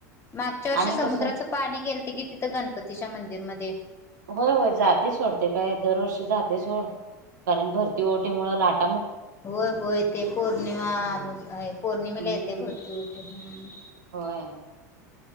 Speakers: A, on the left; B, on the right.
A: मागच्या वर्षी
B: आम्ही
A: समुद्राच
B: कसं
A: पाणी गेलत की तिथ गणपतीच्या मंदिरमध्ये
B: होय होय जाते सोडते काय दरवर्षी जाते
A: हम्म
B: सोड कारण भरती ओटी मुळ लाट -
A: होय होय ते पौर्णिमा अमावस पौर्णिमेला
B: हम्म
A: येते भरती ओटी हम्
B: होय